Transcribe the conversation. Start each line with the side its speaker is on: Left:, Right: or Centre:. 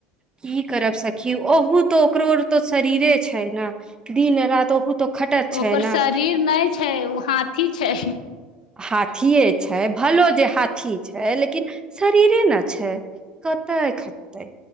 Right: की करब सखी ओहुत तो ओकरो तो शरीरे छै ने दिन राति ओहू तो खटत
Left: ओकर
Right: छै ने
Left: शरीर नय छै, ओ हाथी छै।
Right: हाथ थिए छै, भलो जे हाथ ठीक छै लेकिन शरीरे न छै। कतय खटतै